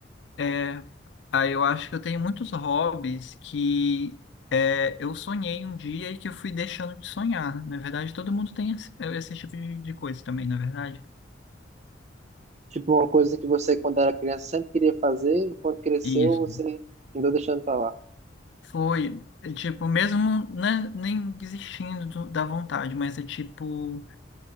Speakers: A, on the left; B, on the right.
A: é. Ah, eu acho que eu tenho muitos hobbies que é, eu sonhei um dia e que eu fui deixando de sonhar. Na verdade, todo mundo tem esse, é, esse tipo de, de coisa também, na verdade.
B: Tipo, uma coisa que você, quando era criança, sempre queria fazer, e quando cresceu,
A: Isso.
B: você andou deixando pra lá.
A: Foi, é, tipo, mesmo né, nem desistindo do- da vontade, mas é tipo,